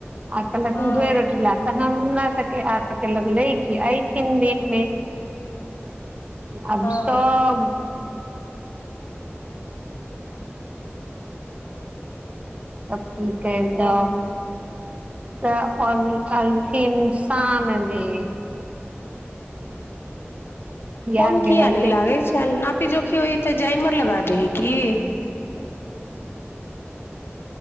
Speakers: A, on the right; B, on the left.
A: आ कहलखिन
B: हँ
A: गे रोटी लए तऽ हम हमरा सबके आगके लगलै कि एथिन दिनमे आब
B: हँ
A: सब <unintelligible> कि कयल
B: हँ
A: जाउ तऽ अल अलथिन शाममे
B: फोन
A: आर गेल
B: किया
A: रहलथिन
B: नहि लागै छल नापी जोखी होइ तऽ जाइमर लगा दे है कि